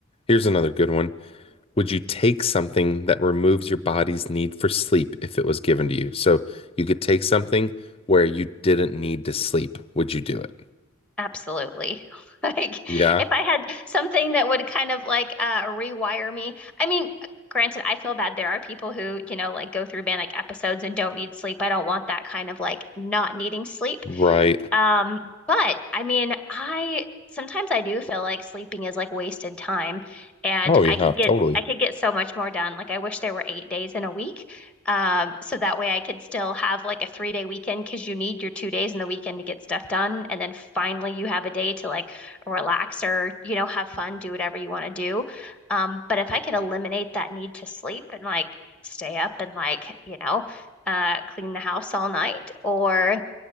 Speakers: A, on the left; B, in the centre.
A: Here's another good one. Would you take something that removes your body's need for sleep if it was given to you? So you could take something where you didn't need to sleep. Would you do it?
B: Absolutely. <laughs> Like
A: Yeah.
B: if I had something that would kind of like uh rewire me. I mean, granted, I feel bad. There are people who, you know, like go through manic episodes and don't need sleep. I don't want that kind of like not needing sleep.
A: Right.
B: Um, but I mean, I sometimes I do feel like sleeping is like wasted time and
A: Oh, yeah,
B: I could get
A: totally.
B: I could get so much more done. Like I wish there were eight days in a week. Um, so that way I could still have like a three day weekend because you need your two days in the weekend to get stuff done. And then finally you have a day to like relax or, you know, have fun, do whatever you want to do. Um, but if I could eliminate that need to sleep and like stay up and like, you know, uh, clean the house all night or